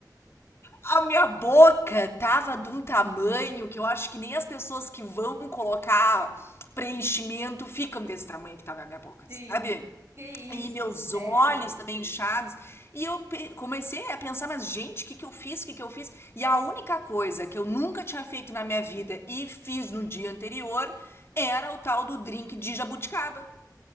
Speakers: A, on the left; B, on the right.
A: A minha boca tava de um tamanho que eu acho que nem as pessoas que vão colocar preenchimento ficam desse tamanho que tava a minha boca,
B: Sim.
A: sabe?
B: Que isso,
A: E meus
B: sério?
A: olhos também inchados. E eu pe- comecei a pensar, mas gente, o que que eu fiz? O que que eu fiz? E a única coisa que eu nunca tinha feito na minha vida e fiz no dia anterior era o tal do drink de jabuticaba.